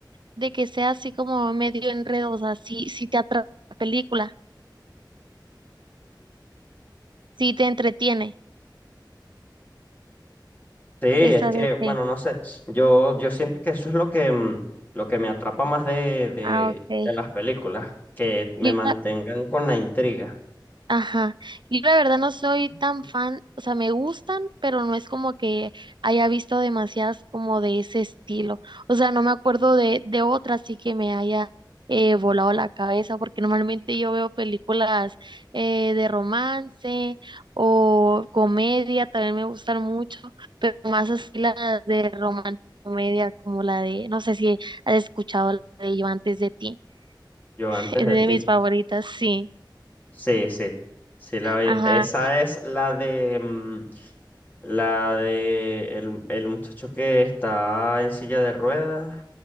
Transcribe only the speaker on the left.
Sí, es
que,
bueno, no sé, yo, yo siento que eso es lo que, mm, lo que me atrapa más de, de,
de las películas, que me
mantengan con la intriga.
Yo
antes
de
ti.
Sí, sí, sí, la vi.
Esa es la de, mm, la de el, el muchacho que está en silla de ruedas.